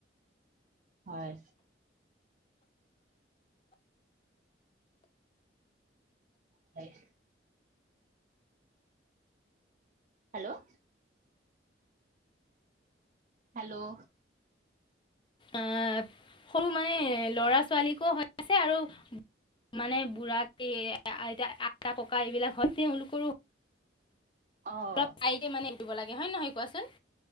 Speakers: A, on the right (about 40°); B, on the left (about 25°).
A: হয়। সেই- হেল্ল'! হেল্ল'!
B: আহ সৰু মানে ল'ৰা ছোৱালীকো হৈ আছে আৰু- মানে বুঢ়া আইতা ককা এইবিলাক হয় তেওঁলোকৰো-
A: অ অ
B: অলপ কাই মানে উৰিব লাগে হয় নহয় কোৱাচোন?